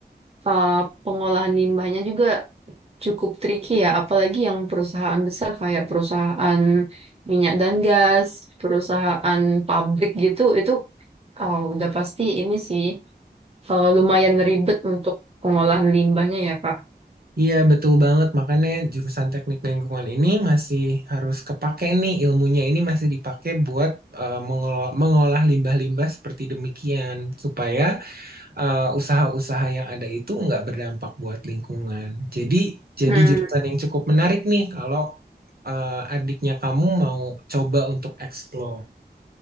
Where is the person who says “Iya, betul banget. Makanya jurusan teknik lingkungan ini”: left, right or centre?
Right